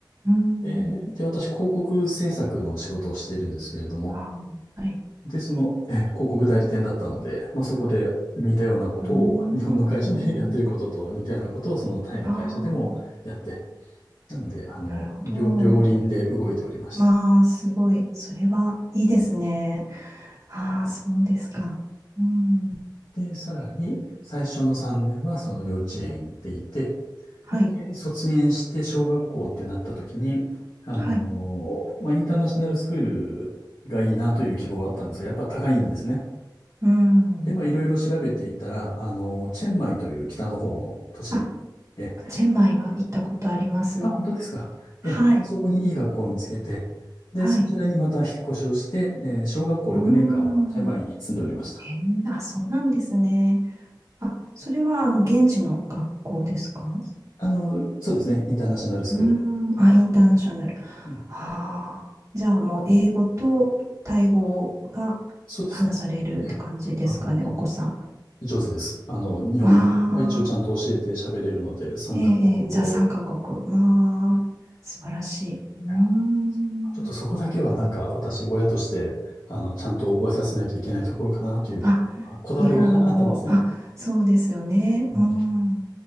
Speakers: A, on the right; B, on the left.
A: うーん。
B: で、で、私、広告制作の仕事をしているんですけれども、
A: あ、はい。
B: で、その、え、広告代理店だったので、まあ、そこで似たようなことを、
A: うーん。
B: 日本の会社でやってることと似たようなことを、そのタイの会社でも、
A: あ
B: やって、なので、あの、
A: あ、なるほど。
B: 両、両輪で動いておりました。
A: まあ、すごい。それはいいですね。ああ、そうですか。うん。
B: で、さらに、最初の3年はその幼稚園行っていて、
A: はい。
B: で、卒園して小学校ってなった時に、あの、
A: はい。
B: まあ、インターナショナルスクールがいいなという希望があったんですが、やっぱ高いんですね。
A: うん。
B: で、まあ、いろいろ調べていたら、あの、チェンマイという北の方の都市、
A: あ、
B: え、
A: チェンマイは行ったことあります。
B: あ、本当ですか。
A: はい。
B: え、まあそこにいい学校を見つけて、で、
A: はい。
B: そちらにまた引っ越しをして、えー小学校6年間はチェンマイに住んでおりました。
A: うん。へえ、あ、そうなんですね。あ、それは、あの、現地の学校ですか
B: あの、そうですね。インターナショナルスクール。
A: うん。あ、インターナショナル。
B: うん。
A: ああ。じゃあ、もう、英語とタイ語が
B: そうですね。
A: 話されるって感じですかね、
B: ええ、あの、うん
A: お子さん。
B: 上手です。あの、日本語は一応ちゃんと教えて喋れるので、
A: まあ。
B: 3カ国語。
A: ええ、ええじゃあ3カ国。まあ、素晴らしい。うーん。
B: いや、ちょっとそこだけはなんか私、親として、あの、ちゃんと覚えさせなきゃいけないところかなという、
A: あ、
B: まあ、こだわりが
A: 日本語。
B: <laughs> あったんですね。
A: あ、そうですよね。
B: うん
A: うん。